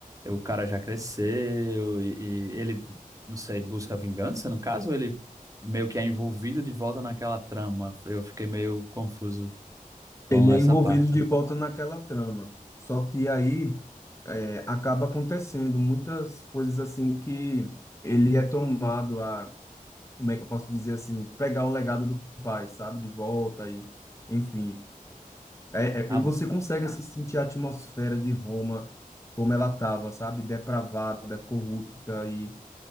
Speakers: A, on the right (about 25°); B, on the left (about 20°).
A: o cara já cresceu e, e ele, não sei, busca vingança, no caso, ele meio que é envolvido de volta naquela trama. Eu fiquei meio confuso com
B: Ele
A: essa
B: é envolvido
A: parte.
B: de volta naquela trama. Só que aí é, acaba acontecendo muitas coisas assim que ele é tomado a como é que eu posso dizer assim, pegar o legado do pai, sabe, de volta e, enfim. É, é-
A: Ah,
B: e você consegue assim, sentir a atmosfera de Roma como ela tava, sabe, depravada, corrupta e